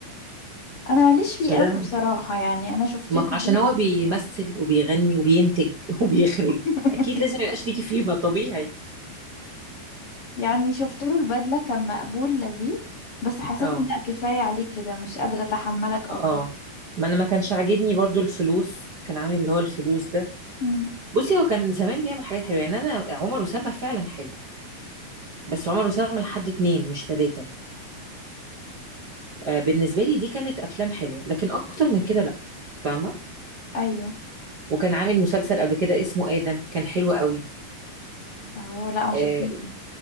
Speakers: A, on the left; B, on the right.
A: انا ماليش فيه
B: فده
A: قوي بصراحه يعني انا شفت
B: ما
A: له
B: هو
A: البدله
B: عشان هو بيمثل وبيغني وبينتج <laughs> وبيخرج
A: <laughs>
B: اكيد لازم يبقاش ليكي فيه ما طبيعي
A: يعني شفت له البدله كان مقبول لذيذ بس حسيت
B: اه
A: ان لا كفايه عليك كده مش قادره اتحملك اكتر
B: اه ما انا ما كانش عاجبني برضو الفلوس كان عامل اللي هو الفلوس ده
A: مم.
B: بصي هو كان زمان بيعمل حاجات حلوه يعني انا عمر وسلمى فعلا حلو بس عمر وسلمى لحد اتنين مش تلاته آه، بالنسبة لي دي كانت أفلام حلوة لكن أكتر من كده لأ فاهمة
A: ايوه
B: وكان عامل مسلسل قبل كده اسمه آدم كان حلو قوي
A: اه لا ما
B: آه،
A: شفتهمش ده.